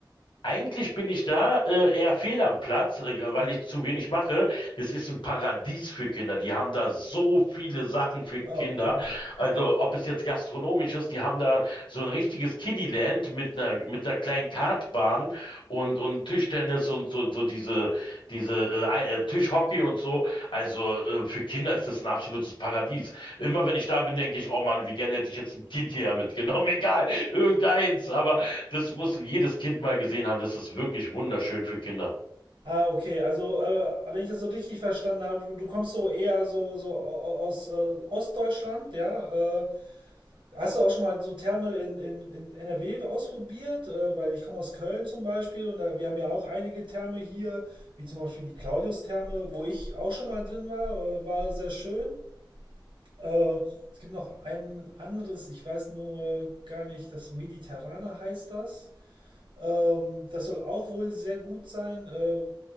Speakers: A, on the left; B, on the right.
A: Eigentlich bin ich da äh, eher fehl am Platz, äh, weil
B: Ja.
A: ich zu wenig mache. Das ist ein Paradies für Kinder. Die haben da so viele Sachen für Kinder.
B: Oh, Wahnsinn.
A: Also ob es jetzt gastronomisch ist, die haben da so ein richtiges Kiddieland mit einer mit einer kleinen Kartbahn und und Tischtennis und so so diese diese äh, Ei- äh, Tischhockey und so. Also äh, für Kinder ist das ein absolutes Paradies. Immer wenn ich da bin, denke ich, oh Mann, wie gerne hätte ich jetzt ein Kind hierher mitgenommen. <laughs> Egal, irgendeins. Aber das muss jedes Kind mal gesehen haben. Das ist wirklich wunderschön für Kinder.
B: Ah, okay. Also, äh, wenn ich das so richtig verstanden habe, du, du kommst so eher so, so au- aus äh, Ostdeutschland, ja? Äh, hast du auch schon mal so Therme in, in, in NRW ausprobiert? Äh, weil ich komme aus Köln zum Beispiel und da, wir haben ja auch einige Therme hier, wie zum Beispiel die Claudius-Therme, wo ich auch schon mal drin war, äh, war sehr schön. Äh, es gibt noch ein anderes, ich weiß nur gar nicht, das Mediterrane heißt das. Ähm, das soll auch wohl sehr gut sein. Ähm,